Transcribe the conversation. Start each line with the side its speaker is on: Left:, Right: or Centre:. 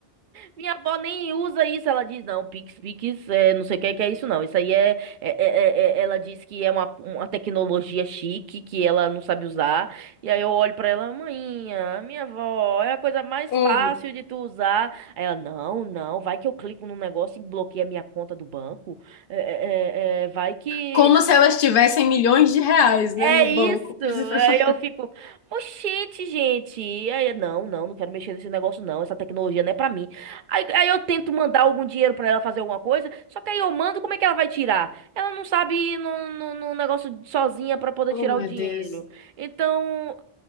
Right: Minha avó nem usa isso. Ela diz, não, Pix, Pix, é, não sei o que é que é isso, não. Isso aí é, é- é- é- é- Ela diz que é uma, uma tecnologia chique que ela não sabe usar. E aí eu olho pra ela, maninha, minha avó, é a coisa mais
Left: Ô,
Right: fácil de tu usar. Aí ela, não, não, vai que eu clico num negócio e bloqueia a minha conta do banco. É, é, é, é, vai que.
Left: Como se elas tivessem milhões de reais, né,
Right: É
Left: no
Right: isso.
Left: banco. <laughs>
Right: Aí eu fico, oxente, gente. E Aí, não, não, não quero mexer nesse negócio, não. Essa tecnologia não é pra mim. Aí, aí eu tento mandar algum dinheiro pra ela fazer alguma coisa, só que aí eu mando, como é que ela vai tirar? Ela não sabe ir num, num, num negócio sozinha pra poder
Left: Oh,
Right: tirar
Left: meu
Right: o dinheiro.
Left: Deus.
Right: Então,